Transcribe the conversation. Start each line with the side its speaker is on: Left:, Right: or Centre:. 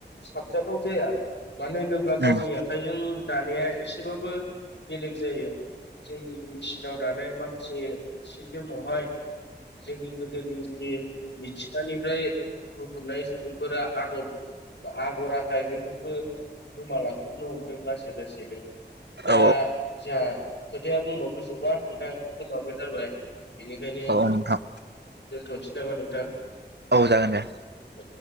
Left: साबजाथाव जाया मानो होनोब्ला
Right: उम
Left: गावनिया खाइनि दानाया एसेबाबो बेलेग जायो जोंनि मेचिनाव दानाय माखासे जि जोमावहाय जोंनि गोदोनि जि मिथिंगानिफ्राय बुथुमनाय सुबुंफोरा आदब आगर आखाय बेफोरबो गोमालां नो हमदों लासै लासैनो दा
Right: औ
Left: जोंहा खोथाया बुंबाबो जोबा नोंथां समाबो जाबाय बेनिखायनो
Right: औ नोंथां
Left: दोनथ'सै नामा नोंथां
Right: औ जागोन दे
Left: औ